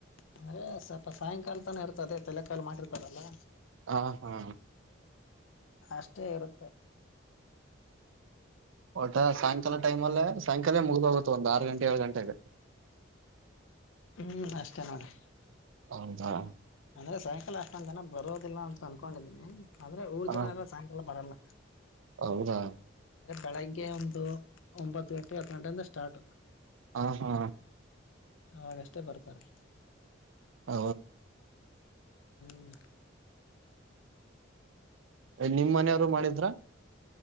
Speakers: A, on the left; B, on the right.
A: ಅಂದ್ರೆ ಸ್ವಲ್ಪ ಸಾಯಂಕಾಲ ತಾನ ಇರ್ತದೆ ತಲೆಕಾಲು ಮಾಡಿರ್ತದಲ್ಲಾ
B: ಹಾ ಹಾ
A: ಅಷ್ಟೇ ಇರುತ್ತೆ
B: ಒಟ್ಟ ಸಾಯಂಕಾಲ ಟೈಮ್ ಅಲ್ಲೇ ಸಾಯಂಕಾಲ ಮುಗ್ದ ಹೋಗುತ್ತೆ ಒಂದು್ ಆರು ಗಂಟೆ ಏಳು ಗಂಟೆ ಆಗುತ್ತೆ
A: ಹ್ಮಞೂ ಅಷ್ಟೇ ನೋಡಿ
B: ಹೌದಾ
A: ಅಂದ್ರೆ ಸಾಯಂಾಲ ಅಷ್ಟೊಂದ ಜನ ಬರೋದಿಲ್ಲ ಅಂತ ಅನ್ಕೊಂಡಿದೀನಿ ಆದ್ರೆ ಊರ್
B: ಹ
A: ಜನ ಎಲ್ಲ ಸಾಯಂಕಾಲ ಬರಲ್ಲ
B: ಹೌದಾ
A: ಅಂದ್ರೆ ಬೆಳಗ್ಗೆ ಒಂದು ಒಂಬತ್ತು ಗಂಟೆ ಹತ್ತು ಗಂಟೆಯಿಂದ ಸ್ಟಾರ್ಟ್
B: ಹಾ ಹಾ
A: ಅವಾಗಷ್ಟೇ ಬರ್ತಾರೆ
B: ಹ
A: ಹ್ಮ್
B: ನಿಮ್ ಮನೆಯವರು ಮಾಡಿದ್ರ